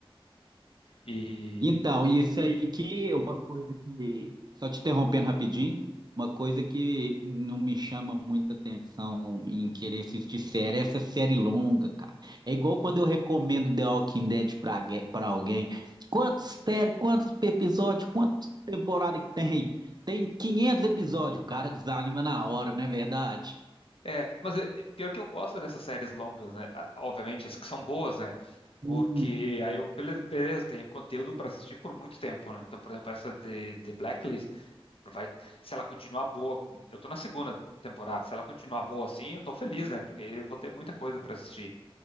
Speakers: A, on the left; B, on the right.
A: E.
B: Então, isso aí que é uma coisa que, só te interrompendo rapidinho, uma coisa que não me chama muita atenção em querer assistir série é essa série longa, cara. É igual quando eu recomendo The Walking Dead pra, gue- pra alguém. Quantos séries, quantos episódios, quantas temporadas que tem? Tem 500 episódios, o cara desanima na hora, não é verdade?
A: É, mas é, é, pior que eu gosto dessas séries longas, né? Ah, Obviamente, as que são boas, né?
B: Sim,
A: Porque aí eu, beleza, beleza, tenho conteúdo para assistir por muito tempo, né? Então, por exemplo, essa de, de Blacklist, vai, se ela continuar boa, como- eu tô na segunda temporada, se ela continuar boa assim, eu tô feliz, né? Porque eu vou ter muita coisa para assistir.